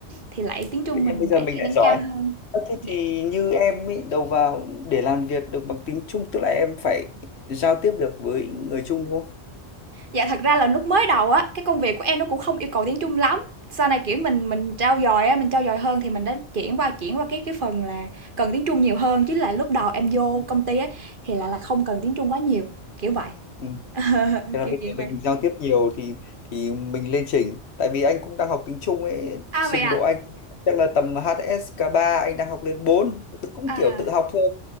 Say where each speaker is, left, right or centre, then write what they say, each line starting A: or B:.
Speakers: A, on the right; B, on the left.
A: Thì lại tiếng Trung
B: tự nhiên
A: mình
B: bây giờ
A: lại
B: mình
A: lại
B: lại
A: nâng
B: giỏi
A: cao hơn.
B: Ờ, thế
A: Dạ.
B: thì như em ý, đầu vào để làm việc được bằng tiếng Trung tức là em phải giao tiếp được với người Trung đúng không
A: Dạ, thật ra là lúc mới đầu á, cái công việc của em nó cũng không yêu cầu tiếng Trung lắm. Sau này, kiểu, mình mình trau dồi á, mình trau dồi hơn thì mình đã chuyển qua chuyển qua cái cái phần là cần tiếng Trung nhiều hơn, chứ là lúc đầu em vô công ty á, thì lại là không cần tiếng Trung quá nhiều, kiểu vậy.
B: ừ.
A: <laughs>
B: Thế là
A: kiểu,
B: bây
A: kiểu
B: giờ
A: vậy.
B: mình giao tiếp nhiều thì thì mình lên chỉnh tại vì anh cũng đang học tiếng Trung ấy
A: À,
B: trình
A: vậy à?
B: độ anh chắc là tầm hsk ba anh đang học lên bốn tự cũng
A: À.
B: kiểu tự học thôi